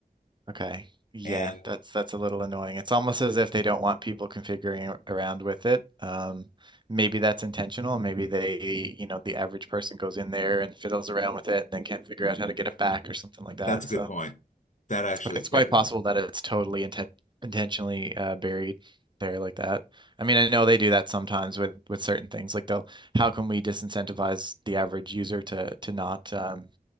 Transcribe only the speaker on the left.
And
that's a good
point. That actually
that could